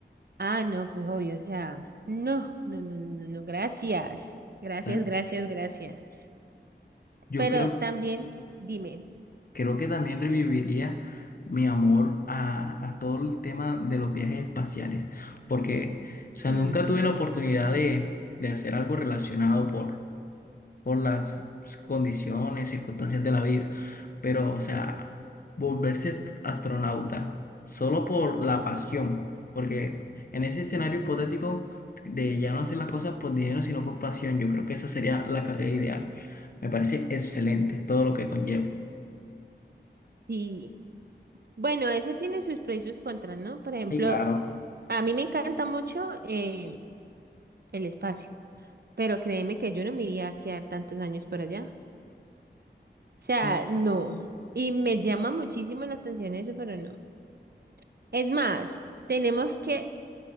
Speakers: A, on the right; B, on the left.
A: Ah, no, pues obvio, o sea, no, no, no, no, no, no, gracias, gracias,
B: sea,
A: gracias, gracias.
B: yo
A: Pero
B: creo,
A: también, dime,
B: creo que también reviviría mi amor a, a todo el tema de los viajes espaciales, porque, o sea,
A: ujú,
B: nunca tuve la oportunidad de, de hacer algo relacionado por, por las pues, condiciones, circunstancias de la vida. Pero, o sea, volverse astronauta solo por la pasión, porque en ese escenario hipotético de ya no hacer las cosas por dinero, sino por pasión, yo creo que esa sería la carrera ideal. Me parece excelente todo lo que conlleva.
A: sí, bueno, eso tiene sus pros y sus contras, ¿no? Por ejemplo,
B: Y claro.
A: a mí me encanta mucho eh, el espacio. Pero créeme que yo no me iría a quedar tantos años por allá. O sea,
B: Mm.
A: no. Y me llama muchísimo la atención eso, pero no. Es más, tenemos que,